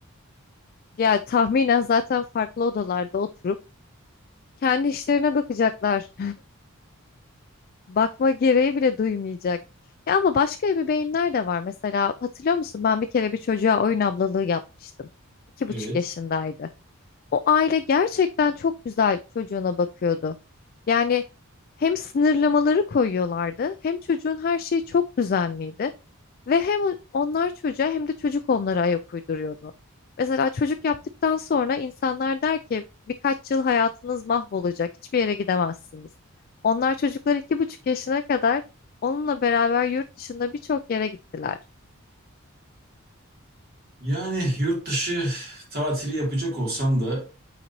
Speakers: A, on the left; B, on the right.
A: Ya tahminen zaten farklı odalarda oturup kendi işlerine bakacaklar. <laughs> Bakma gereği bile duymayacak. Ya ama başka ebeveynler de var. Mesela hatırlıyor musun ben bir kere bir çocuğa oyun ablalığı yapmıştım. İki
B: Evet.
A: buçuk yaşındaydı. O aile gerçekten çok güzel çocuğuna bakıyordu. Yani hem sınırlamaları koyuyorlardı hem çocuğun her şeyi çok düzenliydi. Ve hem o- onlar çocuğa hem de çocuk onlara ayak uyduruyordu. Mesela çocuk yaptıktan sonra insanlar der ki birkaç yıl hayatınız mahvolacak, hiçbir yere gidemezsiniz. Onlar çocuklar iki buçuk yaşına kadar onunla beraber yurt dışında birçok yere gittiler.
B: Yani yurt dışı tatili yapacak olsam da